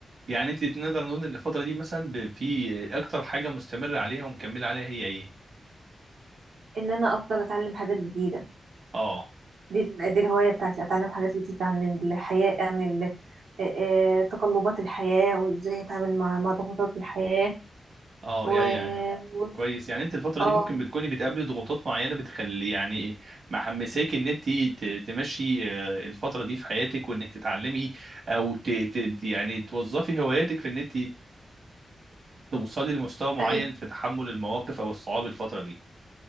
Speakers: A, on the right (about 60°); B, on the right (about 90°).
A: يعني انت نقدر نقول ان الفتره دي مثلا ب- في اكتر حاجه مستمره عليها ومكمله عليها هي ايه
B: ان انا افضل اتعلم حاجات جديدة
A: اه
B: دي ال- دي الهواية بتاعتي اتعلم حاجات جديدة عن الحياة عن ال- آه، آه، تقلبات الحياة وازاي اتعامل مع مع ضغوطات الحياة
A: اه
B: و
A: يعني
B: و-
A: كويس يعني انت الفترة
B: اه
A: دي ممكن بتكوني بتقابلي ضغوطات معينة بتخلي يعني إيه، محمساك ان انت ت- تمشي آه، الفترة دي في حياتك وانك تتعلمي او ت... ت... يعني توظفي هواياتك في ان انت توصلي لمستوى معين
B: اي
A: في تحمل المواقف او الصعاب الفترة دي